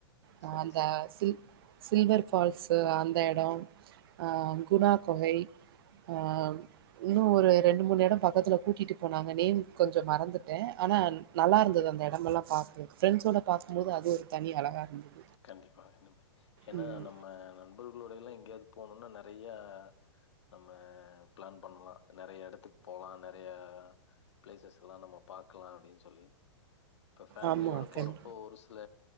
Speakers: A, on the right; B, on the left.
A: ஆ
B: சரி,
A: அந்த
B: சரி.
A: சில் சில்வர் ஃபால்ஸு அ ந்த எடோ ஆ குணா கொகை ஆ இன்னு ஒரு ரெண்டு மூணு எடோ பக்கத்துல கூட்டிட்டு போனாங்க. நேம் கொஞ்ச மறந்துட்டே ஆனா நல்லா இருந்தது அந்த எடமெல்லா பாக்கறதுக்கு. ஃப்ரெண்ட்ஸோட பாக்கும்போது அது ஒரு தனி அழகா இருந்தது.
B: கண்டிப்பாக நம்ப ஏன்னா
A: ம்.
B: நம்ம வந் நண்பர்களோட எல்லா எங்கயாது போனோன்னா நெறையா நம்ம பிளான் பண்லா நெறைய எடத்துக்கு போலா நெறைய பிளேசஸ்கள்லா எல்லா நம்ம பாக்கலா அப்டின்னு சொல்லி இப்ப ஃபேமிலியோட
A: ஆமா.
B: போறப்போ
A: கண்
B: ஒரு சில